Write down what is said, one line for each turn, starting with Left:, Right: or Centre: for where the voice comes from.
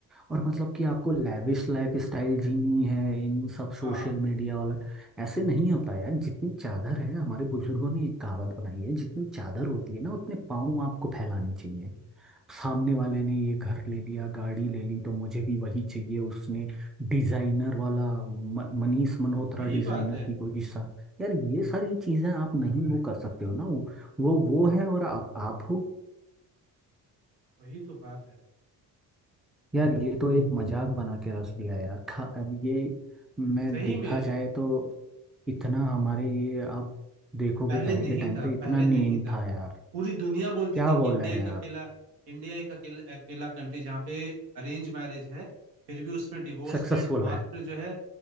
Centre: और मतलब कि आपको लैविश लाइफ स्टाइल जीनी है इन सब सोशल
Right: हाँ
Centre: मीडिया वाला ऐसे नहीं होता यार जितनी चादर है हमारे बुजुर्गों ने एक कहावत बनाई है जितनी चादर होती है ना उतने पाँव आपको फैलाने चाहिए सामने वाले ने ये घर ले लिया गाड़ी ले ली तो मुझे भी वही चाहिए उसने डिजाइनर वाला म- मनीष मल्होत्रा
Right: वही
Centre: डिजाइनर
Right: बात है
Centre: की कोई सा यार ये सारी चीजें आप नहीं वो कर सकते हो ना वो वो वो है और आप आप हो
Right: वही तो बात है
Centre: यार ये तो एक मजाक बना के रख लिया यार खा अब ये मैं
Right: सही
Centre: देखा
Right: में यार
Centre: जाए तो इतना हमारे ये आप देखोगे
Right: पहले
Centre: पहले
Right: नहीं
Centre: के टाइम
Right: था
Centre: पे इतना
Right: पहले नहीं
Centre: नीम
Right: था
Centre: था यार
Right: पूरी दुनिया बोलती
Centre: क्या
Right: थी कि
Centre: बोल
Right: इंडिया
Centre: रहे हैं
Right: एक
Centre: यार
Right: अकेला इंडिया एक अकेला अकेला कंट्री जहाँ पे अरेंज मैरिज है फिर भी उसमें डिवोर्स
Centre: सक्सेसफुल
Right: रेट मात्र
Centre: है
Right: जो है